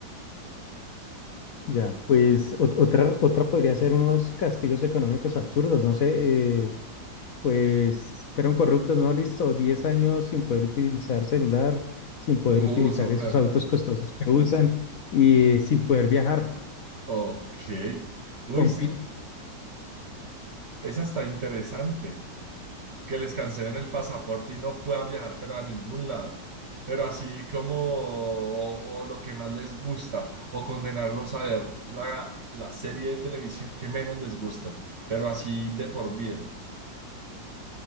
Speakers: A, on the left; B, on the right.
A: Ya, pues ot- otra, otra podría ser unos castigos económicos absurdos, no sé, eh, pues fueron corruptos, ¿no? Listo, 10 años sin poder utilizar celular, sin poder
B: Uh,
A: utilizar
B: súper.
A: esos autos costosos que usan y eh, sin poder viajar.
B: Ok. Uy,
A: Con...
B: sí,
A: fi-
B: oh, esa está interesante. que les cancelen el pasaporte y no puedan viajar, pero a ningún lado. Pero así como o, o lo que más les gusta, o condenarlos a ver la, la serie de televisión que menos les gusta, pero así de por vida.